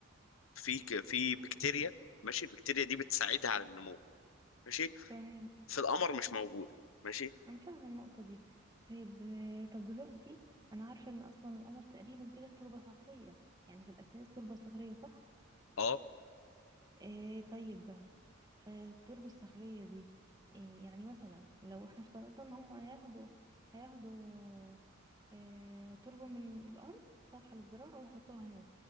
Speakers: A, on the left; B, on the right.
A: في ك- في بكتيريا ماشي البكتيريا دي بتساعدها على النمو ماشي
B: تمام
A: في القمر مش موجوده ماشي
B: انا فاهمه النقطه دي طيب آه، طب دلوقتي انا عارفه ان اصلا القمر تقريبا كده تربه صخريه يعني في الاساس تربه صخريه صح
A: اه
B: إيه طيب بقى فالتربة الصخرية دي إيه يعني مثلا لو احنا افترضنا ان هم هياخدوا هياخدوا إيه تربة من الأرض صالحة للزراعة ويحطوها هناك